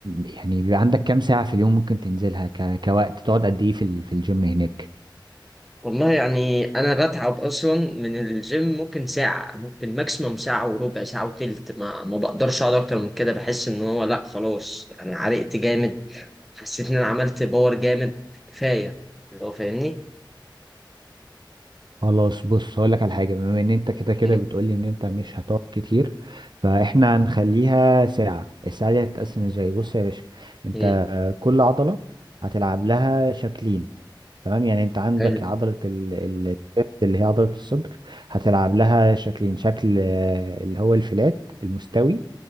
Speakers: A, on the right; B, in the centre.
A: يعني بيبقى عندك كام ساعة في اليوم ممكن تنزلها ك... كوقت تقعد قد ايه في ال... في الجيم هناك
B: والله يعني انا بتعب اصلا من الجيم ممكن ساعه ممكن ماكسيموم ساعه وربع ساعه وتلت ما ما بقدرش اقعد اكتر من كده بحس ان هو لا خلاص انا عرقت جامد حسيت ان انا عملت باور جامد كفايه اللي هو فاهمني
A: خلاص بص هقول لك على حاجه بما ان انت كده كده
B: مم.
A: بتقولي ان انت مش هتقعد كتير فاحنا هنخليها ساعه الساعه دي هتتقسم ازاي بص يا باشا انت
B: مم.
A: كل عضله هتلعب لها شكلين تمام يعني انت عندك
B: حلو
A: عضلة ال- ال- الشيست اللي هي عضلة الصدر هتلعب لها شكلين شكل آه، اللي هو الفلات المستوي